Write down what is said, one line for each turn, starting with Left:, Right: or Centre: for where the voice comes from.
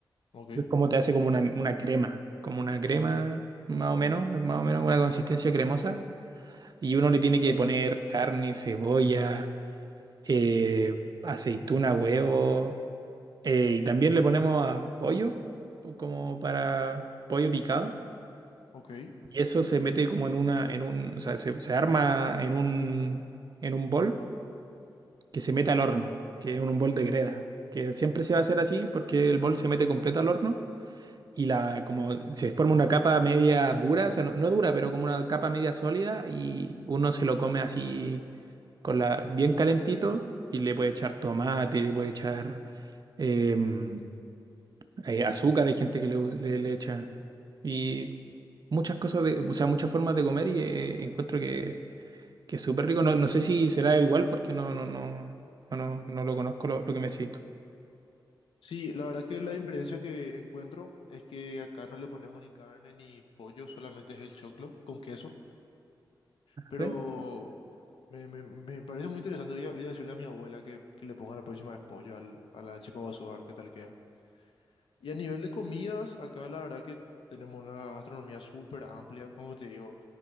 Left: Ok,
Right: Es como te hace como una, una crema, como una crema más o menos, más o menos una consistencia cremosa y uno le tiene que poner carne, cebolla, eh, aceituna, huevo eh, y también le ponemos a pollo, como para pollo picado.
Left: ok.
Right: Y eso se mete como en una, en un, o sea, se, se arma en un, en un bol que se meta al horno, que es un bol de greda, que siempre se va a hacer así porque el bol se mete completo al horno y la, como se forma una capa media dura, o sea, no, no dura, pero como una capa media sólida y uno se lo come así con la, bien calentito y le puede echar tomate, le puede echar em, eh, azúcar, hay gente que le, us- le- le echa y muchas cosas, de, o sea, muchas formas de comer y eh, encuentro que, que es súper rico. No, no sé si será igual porque no, no, no. No, no, no lo conozco lo, lo que me decís tú.
Left: Sí, la verdad que la diferencia que encuentro es que acá no le ponemos ni carne ni pollo, solamente es el choclo con queso. Pero
Right: ¿Vale?
Left: me, me- me parece muy interesante. Voy a, voy a decirle a mi abuela que, que le ponga la próxima vez pollo al, a la chipa guazú, a ver qué tal queda. Y a nivel de comidas, acá la verdad que tenemos una gastronomía súper amplia, como te digo,